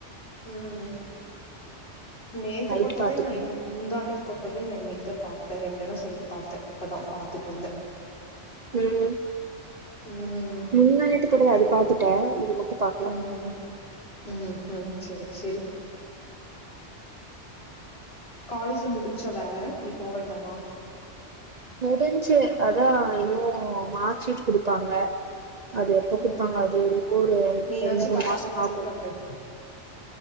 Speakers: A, on the left; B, on the right.
A: ம் நேத்து
B: நைட்டு
A: போட்டதே
B: பாத்துக்குறே
A: நா இன் முந்தா நேத்து போட்டதே நா இன்னைக்குதா பாத்த ரெண்டன சேத்து பாத்த இப்பதா பாத்துட்டு வந்த <inaudible>
B: ம்
A: ம்
B: முந்தா நேத்து போட்டது அது பாத்துட்ட இது மட்டு பாக்கல
A: ம் ம்ஹு சரி சரி காலேஜ்ல முடிஞ்சா வேல நீ போ வேண்டாமா
B: முடிஞ்சு அதா இன்னு மார்க்சீட் குடுப்பாங்க அது எப்போ குடுப்பாங்க
A: ம்
B: அது ஒரு
A: நீயாச்சு
B: ரெண்டு மூணு
A: கரெக்டா
B: மாசம் ஆகு
A: <unintelligible>